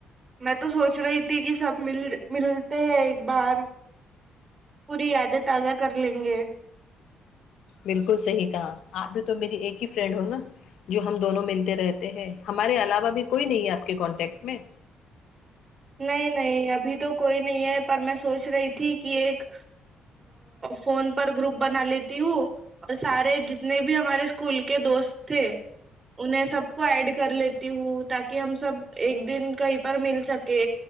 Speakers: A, on the right; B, on the left.
A: میں تو سوچ رہی تھی کہ سب مل ملتے ہیں ایک بار پوری یادیں تازہ کر لیں گے
B: بالکل صحیح کہا آپ بھی تو میری ایک ہی فرینڈ ہو نا جو ہم دونوں ملتے رہتے ہیں ہمارے علاوہ بھی کوئی نہیں ہے آپ کے کانٹیکٹ میں
A: نہیں نہیں ابھی تو کوئی نہیں ہے پر میں سوچ رہی تھی کہ ایک فون پر گروپ بنا لیتی ہوں اور سارے جتنے بھی ہمارے اسکول کے دوست تھے انہیں سب کو ایڈ کر لیتی ہوں تاکہ ہم سب ایک دن کہیں پر مل سک کہ